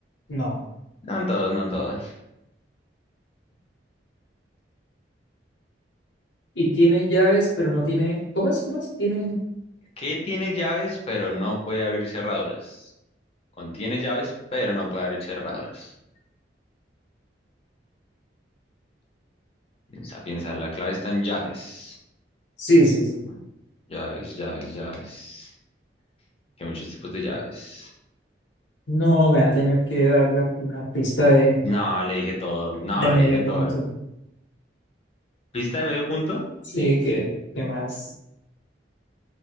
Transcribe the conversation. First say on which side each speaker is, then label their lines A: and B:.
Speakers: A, on the left; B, on the left.
A: No.
B: No en todos, no en todos.
A: y tiene llaves, pero no tiene. ¿Cómo es? ¿Cómo es? Tiene.
B: ¿Qué tiene llaves, pero no puede abrir cerraduras? Contiene llaves, pero no puede abrir cerraduras. Piensa, piensa, la clave está en llaves.
A: Sí, sí, sí.
B: ¿no? Llaves, llaves, llaves. Que hay muchos tipos de llaves.
A: No, me va a tener que dar la, la pista de,
B: No, le dije todo. No,
A: de medio
B: le dije todo.
A: punto.
B: ¿Pista de medio punto?
A: Sí, que demás.